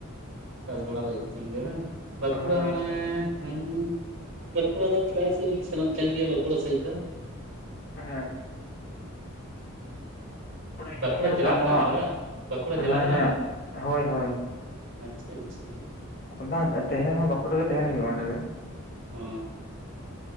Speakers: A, on the right; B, on the left.
A: ᱪᱟᱥ ᱵᱷᱲᱟ ᱫᱚ ᱦᱩᱭᱩᱜ ᱛᱟᱦᱮᱱ ᱜᱮᱭᱟ ᱵᱟᱝ ᱵᱟᱸᱠᱩᱲᱟ
B: ᱦᱳᱭ
A: ᱢᱟᱱᱮ᱾
B: ᱦᱮᱸ
A: ᱦᱮᱸ ᱵᱟᱸᱠᱩᱲᱟ ᱫᱚ ᱯᱨᱟᱭ ᱥᱮᱫᱞᱤᱧ ᱥᱮᱱᱚᱜ ᱛᱟᱦᱮᱱ ᱜᱮᱭᱟ ᱵᱟᱸᱠᱩᱲᱟ ᱥᱮᱡ ᱫᱚ᱾
B: ᱦᱮᱸ᱾ ᱤᱭᱟᱹ
A: ᱵᱟᱸᱠᱩᱲᱟ
B: ᱵᱟᱹᱧ ᱧᱮᱞ
A: ᱡᱮᱞᱟ
B: ᱠᱟᱜᱼᱟ ᱱᱚᱣᱟ
A: ᱠᱟᱱᱟ ᱵᱮᱱ ᱵᱟᱝ ᱵᱟᱸᱠᱩᱲᱟ ᱡᱮᱞᱟ
B: ᱦᱮᱸ
A: ᱠᱟᱱᱟ
B: ᱦᱮᱸ
A: ᱵᱮᱱ᱾
B: ᱦᱳᱭ ᱦᱳᱭ
A: ᱟᱪᱪᱷᱟ ᱟᱪᱪᱷᱟ᱾
B: ᱵᱟᱝ ᱛᱟᱦᱮᱸ ᱦᱚᱸ ᱵᱟᱸᱠᱩᱲᱟ ᱨᱮᱜᱮ ᱛᱟᱦᱮᱱ ᱦᱩᱭᱩᱜᱼᱟ ᱚᱸᱰᱮ ᱜᱮ᱾
A: ᱚ᱾